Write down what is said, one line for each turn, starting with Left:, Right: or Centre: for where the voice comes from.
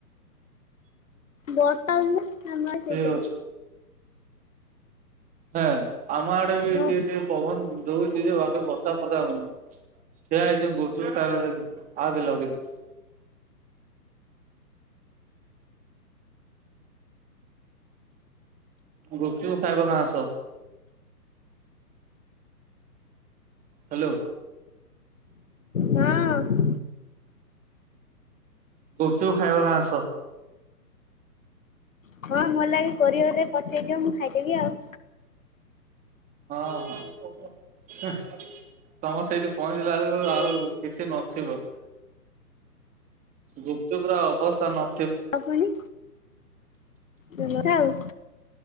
Left: ବର୍ଷ ହଉଚି ନା ଆମ ଆଡ଼େ
Right: ଠିକ
Left: ସେଇଥିପାଇଁ।
Right: ହେଁ ଆମ ଆଡେ ବି
Left: ଓ
Right: ଟିକେ ଟିକେ ପବନ ଦଉଛି ଯେ ବାକି ବ ତାକୁ ପଲାଗୁନି ସେଇୟା ଏଇ ଯୋଉ ଗୁପ୍ ଚୁପ୍ ଖାଇବାର ଲାଗି ଆ ଦେ ଲଗେଦେ ଗୁପ୍ ଚୁପ୍ ଖାଇବା କାଁ ଆସ। ହ୍ୟାଲୋ।
Left: ହଁ
Right: ଗୁପ୍ ଚୁପ୍ ଖାଇବା ନା ଆସ।
Left: ହଁ ଭଲ ଲାଗେ କୋରିଓର ପଠେଇଦିଅ ମୁଁ ଖାଇଦେବି ଆଉ।
Right: ହଁ ହଁ। ତମ ସେଇଠି ପହଞ୍ଚିଲା ବେଳକୁ ଆଉ କିଛି ନଥିବ। ଗୁପ୍ ଚୁପ୍ ର ଅବସ୍ଥା ନ
Left: ଆକୁଳି ଉଁ ନଥାଉ।